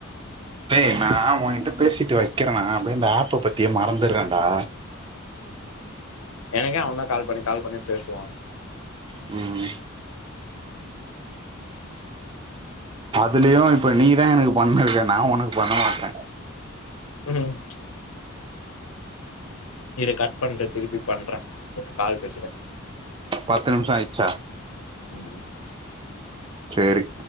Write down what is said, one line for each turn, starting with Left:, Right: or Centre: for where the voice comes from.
Right: டே நா உங்கிட்ட பேசிட்டு வெக்கிறனா அப்டியே இந்த ஆப்ப பத்தியே மறந்துர்றேன்டா.
Left: ம் எனக்கே அவந்தா கால் பண்ணி கால் பண்ணி பேசுவா.
Right: ம். அதுலியு இப்ப நீ தா எனக்கு பண்ணுருக்க நா உனுக்கு பண்ண மாட்றே.
Left: ம். இரு கட் பண்ட்டு திருப்பி பண்றே ஒரு கால் பேசிட்டு.
Right: பத்து நிம்ஷொ ஆய்ர்ச்சா?
Left: அதுதா.
Right: சேரி.